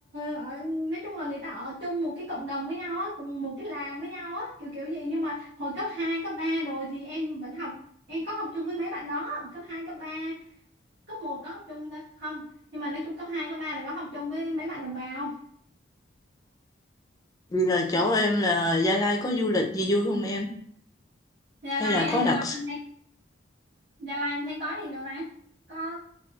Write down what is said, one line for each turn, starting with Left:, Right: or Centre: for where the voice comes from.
Right: ở, nói chung là người ta ở chung một cái cộng đồng với nhau á cùng một cái làng với nhau á kiểu kiểu gì nhưng mà hồi cấp 2 cấp 3 rồi thì em vẫn học em có học chung với mấy bạn đó cấp 2 cấp ba cấp một có học chung ta không nhưng mà nói chung cấp 2 cấp 3 là có học chung với mấy bạn đồng bào
Left: Vì là chỗ em là Gia Lai có du lịch gì vui không em?
Right: Gia
Left: Hay
Right: Lai
Left: là có
Right: á
Left: đặc
Right: Gia Lai em thấy Gia Lai em thấy có gì đâu ta có